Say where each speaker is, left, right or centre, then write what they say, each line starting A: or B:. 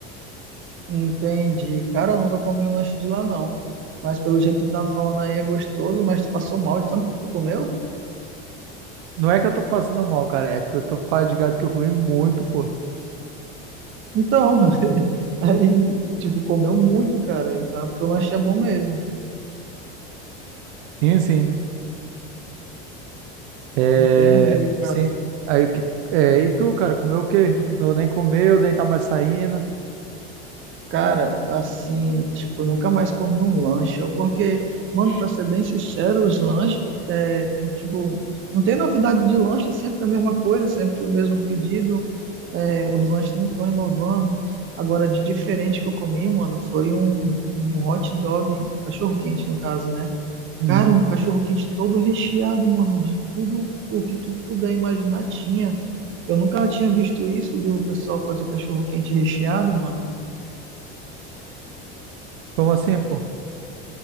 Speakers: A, on the right (about 40°); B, on the right (about 75°).
A: Entendi. Cara, eu nunca comi um lanche de lá, não. Mas pelo jeito que tu tá falando aí é gostoso, mas tu passou mal de tanto que tu comeu?
B: Não é que eu tô passando mal, cara, é porque eu tô fadigado que eu comi muito, pô.
A: Então, <laughs> aí, tipo, comeu muito, cara. Então é porque o lanche é bom mesmo.
B: Sim, sim. É,
A: Entendi, cara.
B: sim. Aí, o que, é, e tu, cara, comeu o quê? Eu nem comeu, nem tá mais saindo.
A: Cara, assim, tipo, nunca mais comi um lanche, ó, porque, mano, pra ser bem sincero, os lanches, é, tão, tipo, não tem novidade de lanche, sempre a mesma coisa, sempre o mesmo pedido, é, os lanches não estão inovando. Agora, de diferente que eu comi, mano, foi um, um hot dog, cachorro-quente, no caso, né?
B: Uhum.
A: Cara, um cachorro-quente todo recheado, mano, de tudo o que tu puder imaginar tinha. Eu nunca tinha visto isso de o pessoal fazer cachorro-quente recheado, mano.
B: Como assim, pô?